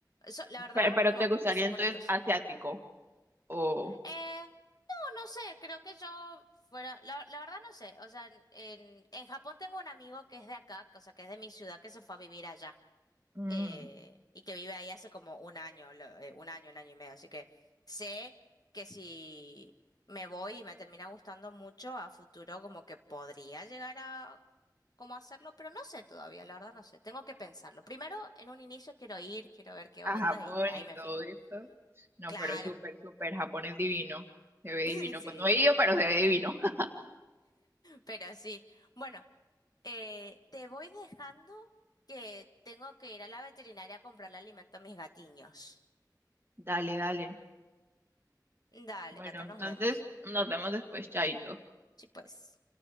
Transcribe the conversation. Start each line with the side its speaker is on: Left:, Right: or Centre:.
Left: so- la verdad,
Right: Pero, pero
Left: nomás
Right: ¿te gustaría
Left: porque son
Right: entonces
Left: bonitos.
Right: asiático o?
Left: Eh, no, no sé, creo que yo fuera, la, la verdad no sé, o sea, en, en Japón tengo un amigo que es de acá, o sea, que es de mi ciudad, que se fue a vivir allá
Right: Mm.
Left: eh, y que vive ahí hace como un año, lo- eh, un año, un año y medio. Así que sé que si me voy y me termina gustando mucho, a futuro como que podría llegar a como hacerlo, pero no sé todavía, la verdad no sé. Tengo que pensarlo. Primero, en un inicio quiero ir, quiero ver qué
Right: a
Left: onda
Right: Japón
Left: y ahí
Right: y
Left: me
Right: todo
Left: fijo.
Right: esto. No,
Left: Claro,
Right: pero súper, súper, Japón es divino. Se ve
Left: <laughs>
Right: divino.
Left: sí,
Right: Pues no he ido, pero se ve divino. <laughs>
Left: pero sí. Bueno, eh, te voy dejando que tengo que ir a la veterinaria a comprarle alimento a mis gatiños.
Right: Dale, dale.
Left: Dale,
Right: Bueno,
Left: Cata,
Right: entonces
Left: nos vemos.
Right: nos vemos después, Chaito.
Left: Sí, pues.